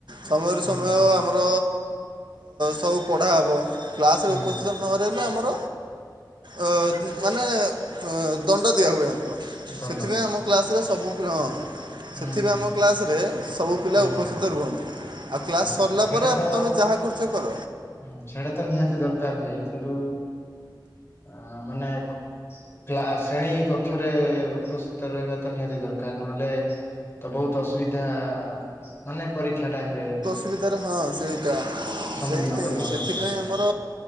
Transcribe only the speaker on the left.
ହୁଁ
ହୁଁ
ହୁଁ ହୁଁ
ହୁଁ
ଦଣ୍ଡ
ହୁଁ
ହୁଁ
ହୁଁ
ଆଜ୍ଞା
ସେଇଟା
ତ
ହୁଁ ସେଇଟା ତ ନିହାତି ଦରକାର ଭାଇ କିନ୍ତୁ ଆ ମାନେ। କ୍ଲା ଶ୍ରେଣୀ କକ୍ଷରେ ଉପସ୍ଥିତ ରହିବା ତ ନିହାତି ଦରକାର ନହେଲେ। ତ ବହୁତ ଅସୁବିଧା ମାନେ ପରୀକ୍ଷା ଟାଇମରେ।
ସମ୍ମୁଖୀନ
କରିବାକୁ
ପଡିଥାଏ